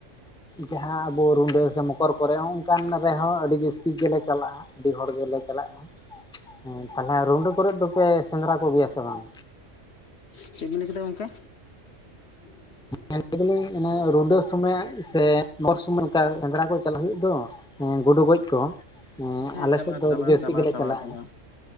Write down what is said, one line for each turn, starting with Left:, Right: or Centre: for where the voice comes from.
Centre: ᱡᱟᱦᱟᱸ ᱟᱵᱚ ᱨᱩᱰᱟᱹ ᱥᱮ ᱢᱚᱠᱚᱨ ᱠᱚᱨᱮ ᱦᱚᱸᱜᱝᱠᱟᱱ ᱨᱮᱦᱚᱸ ᱟᱹᱰᱤ ᱡᱟᱹᱥᱛᱤ ᱜᱮᱞᱮ ᱪᱟᱞᱟᱜᱼᱟ ᱾ ᱟᱹᱰᱤ ᱦᱚᱲ ᱜᱮᱞᱮ ᱪᱟᱞᱟᱜᱼᱟ᱾ ᱦᱮᱸ ᱛᱟᱦᱚᱞᱮ ᱨᱩᱰᱟᱹ ᱠᱚᱨᱮ ᱫᱚᱯᱮ ᱥᱮᱸᱫᱽᱨᱟ ᱠᱚᱜᱮᱭᱟ ᱥᱮ ᱵᱟᱝ?
Left: ᱪᱤᱜ ᱵᱤᱱ ᱞᱟᱹᱭ ᱠᱮᱫᱟ ᱜᱚᱢᱠᱮ? <unintelligible>
Centre: <unintelligible> ᱥᱮᱸᱫᱽᱨᱟ ᱠᱚ ᱪᱟᱞᱟᱜ ᱦᱩᱭᱩᱜ ᱫᱚ ᱦᱮᱸ ᱜᱳᱰᱩ ᱜᱚᱡ ᱠᱚ ᱾ ᱦᱮᱸ ᱟᱞᱮ
Left: ᱪᱟᱞᱟᱣ
Centre: ᱥᱮᱫ ᱫᱚ
Left: ᱪᱟᱞᱟᱣ
Centre: ᱟᱹᱰᱤ ᱡᱟᱹᱥᱛᱤ
Left: ᱪᱟᱞᱟᱣ
Centre: ᱜᱮᱞᱮ
Left: ᱪᱟᱞᱟᱣ
Centre: ᱪᱟᱞᱟᱜᱼᱟ᱾
Left: ᱪᱟᱞᱟᱣ